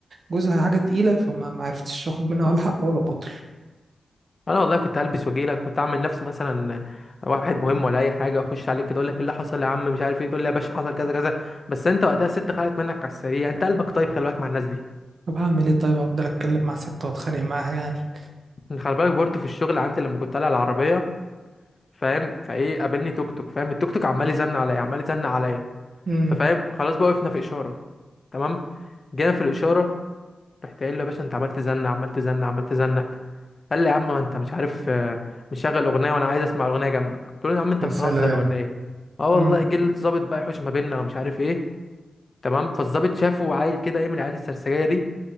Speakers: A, on the right; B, on the left.
A: جوزها حاجة تقيلة فما ما عرفتش اخد منها ولا حق ولا باطل
B: انا والله كنت هلبس واجيلك كنت اعمل نفسي مثلا واحد مهم ولا اي حاجه اخش عليك كده اقول لك إيه اللي حصل يا عم مش عارف ايه تقول لي يا باشا حصل كذا كذا بس انت وقتها الست خلعت منك على السريع انت قلبك طيب خلي بالك مع الناس دي
A: طب هعمل ايه طيب هفضل اتكلم مع ستة واتخانق معاها يعني
B: يعني خلي بالك برضه في الشغل عندي لما كنت طالع العربيه فاهم فايه قابلني توك توك فاهم التوك توك عمال يزن عليا عمال يزن عليا
A: امم
B: ففاهم خلاص بقى وقفنا في اشاره تمام جينا في الاشاره رحت قايل له يا باشا انت عمال تزنق عمال تزنق عمال تزنق قال لي يا عم ما انت مش عارف آه، مشغل اغنيه وانا عايز اسمع اغنيه جنبك قلت له يا عم انت
A: يا
B: بتهزر
A: سلام
B: ولا ايه اه
A: امم
B: والله جه الظابط بقى يحوش ما بيننا ومش عارف ايه تمام فالظابط شافه عيل كده ايه من العيال السرسجيه دي